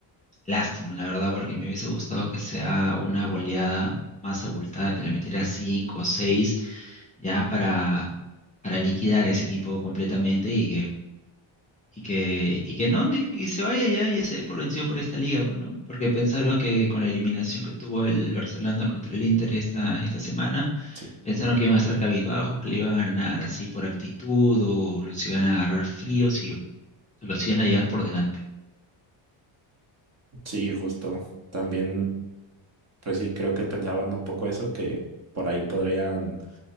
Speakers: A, on the left; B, on the right.
A: Lástima, la verdad, porque me hubiese gustado que sea una goleada más abultada, que le metiera cinco o seis, ya para, para liquidar a ese equipo completamente y que, y que, y que no, y, y se vaya ya y se dé por vencido por esta liga, pues, ¿no? Porque pensaron que con la eliminación que tuvo el Barcelona contra el Inter esta, esta semana,
B: Sí,
A: pensaron que iban a estar cabizbajos, que le iban a ganar así por actitud, o los iban a agarrar fríos y los iban a llevar por delante.
B: sí, justo. También, pues sí, creo que pensaban un poco eso, que por ahí podrían.